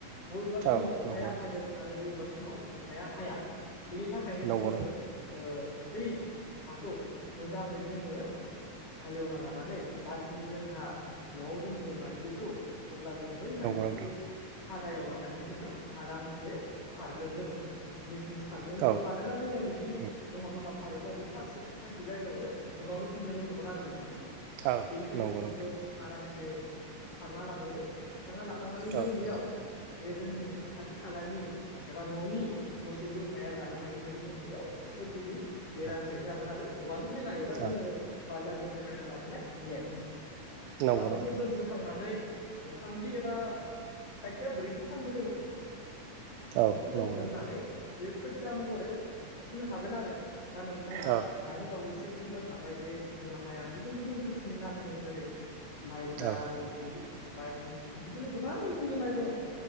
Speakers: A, on the left; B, on the right.
A: बबेबा समाव
B: औ
A: अखाया
B: नंगौ नोंथां
A: हागोन आरो बबेबा समाव अखाया हाया बेनि थाख खायनो
B: नंगौ
A: जोङो ओ बै हाखौ मोजाङै जोङो हालेवना लानानै जाखिनि जोंहा न'आव दोनदोंमोन माइज्लिखौ अब्ला जों बै माइज्लिखौ
B: नोंथां नंगौ नोंथां
A: खादायाव लानानै जोङो आरामसे सारगोन जोङो। मिसमिस सारगोन जोङो
B: औ
A: मानोना जोङो बिब्दि
B: उम
A: जमा जमा सारोब्ला बे थाबसे थाइसे जायगायावनो गोबां रोखोमनि रज'गोन आरो नोंथां।
B: औ
A: बेनिखायनो
B: नंगौ
A: जों
B: नोंथां
A: बिखौ आरामसे सारना लाग्रोगोन सारना लाखांनानै जों
B: औ
A: बेयाव
B: नंगौ
A: बे जोंनि खाथि खालानि एबा न'नि मोसौ बोरमाया जानो हायै बायदि जों बेयाव सोरगिदिं बेरा
B: औ
A: होनाय जागोन आरो औवानि बेरा एबा जोङो
B: औ
A: बाजारनिफ्राय बायना लाबोनाय नेट
B: नंगौ
A: दा बैखौ
B: नोंथां
A: जों हो खांनानै ओ थामजि एबा खायसेया ब्रैजि सानबो दोनो।
B: औ
A: बेखौ जोङो
B: नंगौ नोंथां
A: दोननानै बे खोथिया महरै फुनो हागोन आरो। दा नोंथाङा
B: औ
A: दानि बावैसो बुंलांखाबाय जे जोंहा माइआ गुबुन गुबुन रोखोमनि नामि दं जेरै माइब्रा
B: औ
A: रनजित बायसमुति बिदिनो गोबां रोखोमनि माइ दङ।